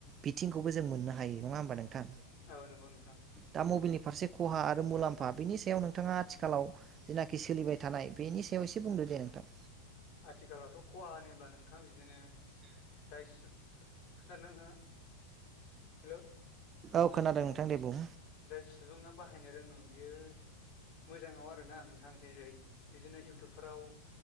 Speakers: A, on the right; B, on the left.
A: बिथिंखौबो जों मोननो हायो नङा होमबा नोंथां?
B: औ नंगौ नोंथां।
A: दा मबाइलनि फारसे खहा आरो मुलामफा बिनि सायाव नों थाङा आथिखालाव जेनाखि सोलिबाय थानाय बेनि सायाव एसे बुंदो दे नोंथां।
B: आथिखालावथ' खहा होनोब्ला नोंथां बिदिनो जाय सु खोनादों ना नोंथाङा हेल'।
A: औ खोनादों नोंथां दे बुं।
B: जाय सुबुङा बाहायनो रोङो बियो मोजाङाव आरोना नोंथां जेरै बिदिनो इउटुबफोराव